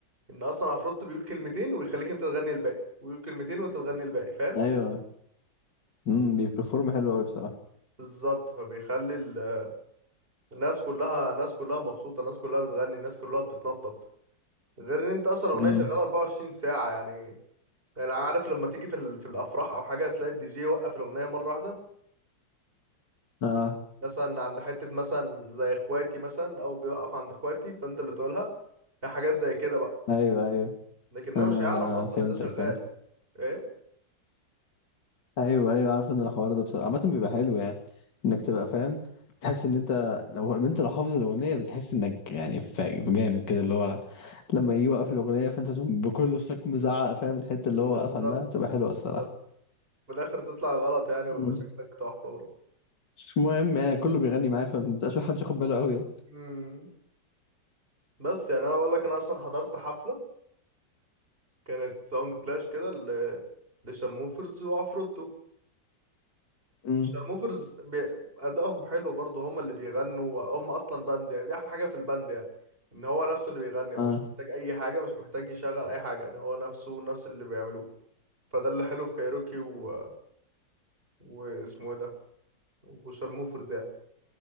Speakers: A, on the right (about 30°); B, on the left (about 70°).
A: ان اصلا عفروتو بيقول كلمتين ويخليك انت تغني الباقي ويقول كلمتين وانت تغني الباقي فاهم
B: ايوه امم بيبرفورم حلو قوي بصراحة
A: بالظبط فبيخلي ال- الناس كلها الناس كلها مبسوطة الناس كلها بتغني الناس كلها بتتنطط غير ان انت اصلا اغنية
B: امم
A: شغالة 24 ساعة يعني انا عارف لما تيجي في ال- في الافراح او حاجه تلاقي الدي جي يوقف الاغنيه مره واحده
B: اه
A: مثلا عند حته مثلا زي اخواتي مثلا او بيوقف عند اخواتي فانت اللي تقولها هي حاجات زي كده بقى
B: ايوه ايوه
A: لكن ده
B: اه
A: مش هيعرف اصلا
B: فهمتك
A: ان ده شغال
B: فهمتك
A: ايه
B: ايوه ايوه عارف ان الحوار ده بصراحة عامة بيبقى حلو يعني انك تبقى فاهم تحس ان انت لو انت لو حافظ الأغنية بتحس انك يعني فا- جامد كده اللي هو لما يجي يوقف الأغنية فأنت تقوم بكل صوتك مزعق فاهم الحتة اللي
A: بالظبط
B: هو واقف عندها تبقى حلوة
A: بالظبط
B: الصراحة
A: في الاخر تطلع غلط يعني ويبقى
B: مم.
A: شكلك تحفه برضه
B: مش مهم يعني كله بيغني معايا فمبقاش حد ياخد باله قوي يعني
A: امم بس يعني انا بقول لك انا اصلا حضرت حفله كانت ساوند كلاش كده ل- لشارموفرز وعفروتو
B: مم.
A: شارموفرز بي... ادائهم حلو برضه هم اللي بيغنوا هم اصلا باند يعني دي احلى حاجه في الباند يعني ان هو نفسه اللي بيغني هو
B: اه
A: مش محتاج اي حاجه مش محتاج يشغل اي حاجه يعني هو نفسه نفس اللي بيعملوه فده اللي حلو في كايروكي و... واسمه ايه ده وشارموفرز يعني